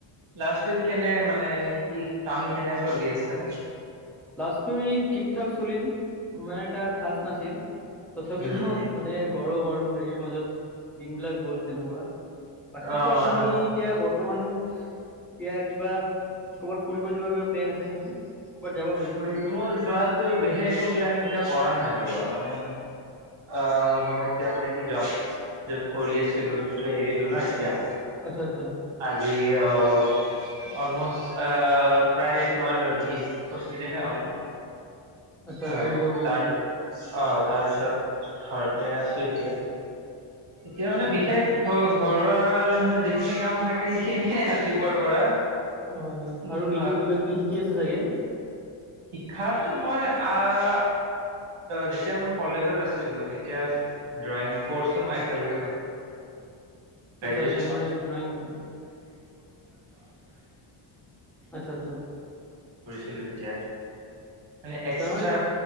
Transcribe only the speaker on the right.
লাষ্ট উইক কেনে মানে কি কাম কেনে চলি আছে
উম।
অ'
ফুৰিব যোৱাতটো বিশেষ একো প্লেন এতিয়া কৰা নাই ৰ'বা মানে অ মই এতিয়া মানে কি জব যত কৰি আছিলো এইটোতো এৰিলো ন এতিয়া
এই অ অলমষ্ট প্ৰায় তোমাৰ বি পঁচি দিনে হ'ল
হয়
তাৰ অ তাৰপিছত ঘৰতে আছো এতিয়া এতিয়া মানে
বিশেষ ঘ ঘৰুৱা যিখিনি কাম থাকে সেইখিনিয়ে ৰাতিপুৱাৰ পৰা
উম,
শিক্ষাতো মই আহ যেতিয়া মই কলেজত আছিলো তেতিয়া ড্ৰয়িং কৰ্ছো মই একেলগে
শেষ
<inaudible> েই মানে এক্সট্ৰা